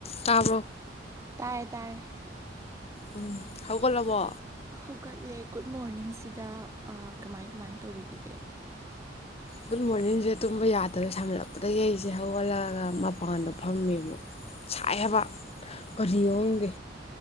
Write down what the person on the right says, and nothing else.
ꯇꯥꯔꯦ ꯇꯥꯔꯦ
ꯍꯧꯒꯠꯂꯦ ꯒꯨꯗ ꯃꯣꯔꯅꯤꯡꯁꯤꯗ ꯀꯃꯥꯏ ꯀꯃꯥꯏ ꯇꯧꯕꯤꯔꯤꯒꯦ